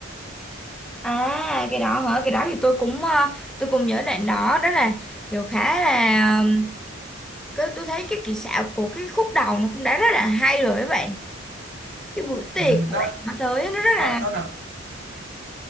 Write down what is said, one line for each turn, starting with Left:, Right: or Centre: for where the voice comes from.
Centre: À cái đó hả? Cái đó thì tôi cũng ờ, tôi cũng nhớ đoạn đó đó là kiểu khá là ừm, cái tôi thấy cái kỹ xảo của cái khúc đầu nó cũng đã rất là hay rồi các bạn cái bữa tiệc
Right: ừ,
Centre: mà
Right: đó
Centre: bạn nói tới á, nó rất
Right: đó
Centre: là
Right: đó là